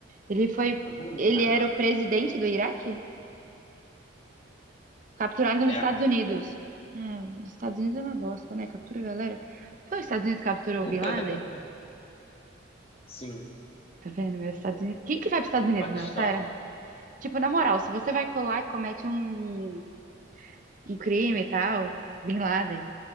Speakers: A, on the right (about 40°); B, on the left (about 30°).
A: Ele foi.
B: Tá vendo,
A: Ele
B: cara?
A: era o presidente do Iraque? Capturado nos
B: É,
A: Estados Unidos. É, os Estados Unidos é uma bosta, né? Captura a galera. Foi os Estados Unidos que capturou
B: <laughs>
A: o Bin Laden?
B: sim,
A: Tá vendo, meu? Os Estados Unidos. Quem que vai pros Estados
B: no
A: Unidos,
B: Paquistão.
A: meu? Sério? Tipo, na moral, se você vai colar e comete um, um crime e tal, Bin Laden,